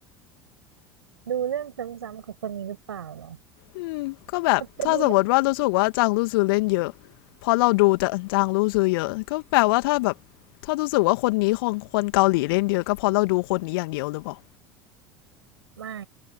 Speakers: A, on the right; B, on the left.
A: ดูเรื่องซ้ำๆของคนนี้หรือเปล่าเหรอ
B: อืมก็แบบถ้าสมมติว่ารู้สึกว่าจางลู่ซือเล่นเยอะเพราะเราดูแต่จางลู่ซือเยอะก็แปลว่าถ้าแบบถ้ารู้สึกว่าคนนี้ของคนเกาหลีเล่นเยอะก็เพราะเราดูคนนี้อย่างเดียวหรือเปล่า
A: เขาจะดูเรื่องไม่